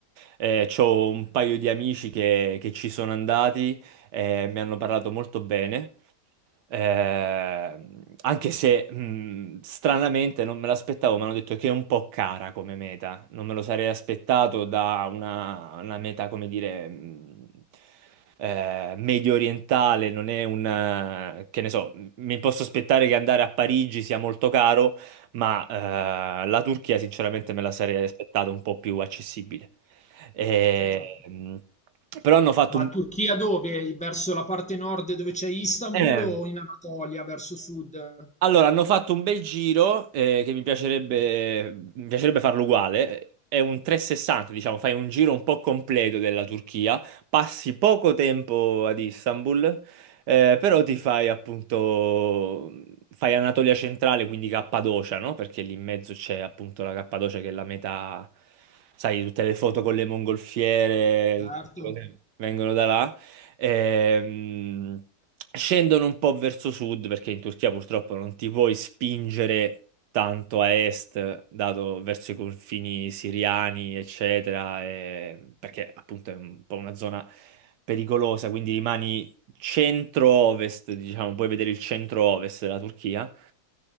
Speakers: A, on the right; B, in the centre.
A: Eh, c'ho un paio di amici che, che ci sono andati e mi hanno parlato molto bene. Ehm, anche se mh, stranamente non me l'aspettavo, mi hanno detto che è un po' cara come meta. Non me lo sarei aspettato da una, una meta, come dire, mh, eh, medio orientale. Non è un eh, che ne so, mi posso aspettare che andare a Parigi sia molto caro, ma eh, la Turchia, sinceramente, me la sarei aspettata un po' più accessibile. Ehm,
B: Cioè,
A: però hanno fatto
B: ma
A: un.
B: Turchia dove? Verso la parte nord dove c'è Istanbul
A: eh,
B: o in Anatolia, verso sud?
A: Allora, hanno fatto un bel giro eh, che mi piacerebbe, mi piacerebbe farlo uguale. È un 360, diciamo, fai un giro un po' completo della Turchia, passi poco tempo ad Istanbul, eh, però ti fai appunto, fai Anatolia centrale, quindi Cappadocia, no? Perché lì in mezzo c'è appunto la Cappadocia che è la metà, sai, tutte le foto con le mongolfiere,
B: Certo.
A: tutte queste cose che vengono da là. Ehm, scendono un po' verso sud perché in Turchia purtroppo non ti puoi spingere tanto a est, dato verso i confini siriani, eccetera, e- perché appunto è un po' una zona pericolosa, quindi rimani centro-ovest, diciamo, puoi vedere il centro-ovest della Turchia.